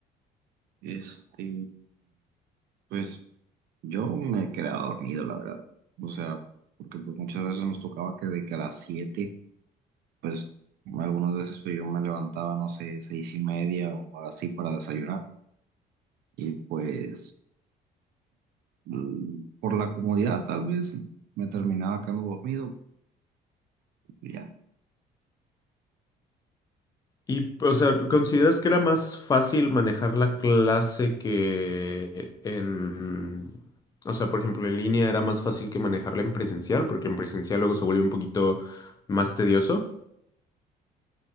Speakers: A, on the right; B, on the left.
A: Este, pues yo me he quedado dormido, la verdad. O sea, porque pues muchas veces nos tocaba que de que a las 7, pues algunas veces pues, yo me levantaba, no sé, seis y media o así para desayunar. Y pues mm, por la comodidad tal vez me terminaba quedando dormido. y ya,
B: Y, o sea, ¿consideras que era más fácil manejar la clase que en... O sea, por ejemplo, en línea era más fácil que manejarla en presencial, porque en presencial luego se vuelve un poquito más tedioso?